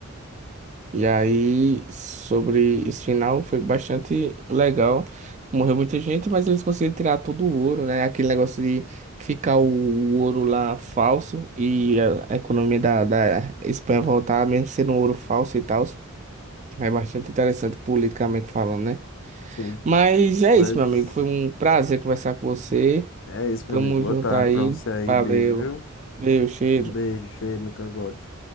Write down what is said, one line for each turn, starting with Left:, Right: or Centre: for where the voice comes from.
Right: E aí, sobre esse final, foi bastante legal. Morreu muita gente, mas eles conseguiram tirar todo o ouro, né? Aquele negócio de ficar o, o ouro lá falso e a, a economia da, da Espanha voltar, mesmo sendo um ouro falso e tal. É bastante interessante politicamente falando, né?
Left: Sim,
Right: Mas é
Left: mas
Right: isso, meu amigo. Foi um prazer conversar com você.
Left: é isso,
Right: Tamo
Left: meu amigo. Boa
Right: junto
Left: tarde
Right: aí.
Left: pra você aí.
Right: Valeu.
Left: Beijo, viu?
Right: Meu cheiro.
Left: Um beijo cheio no cangote.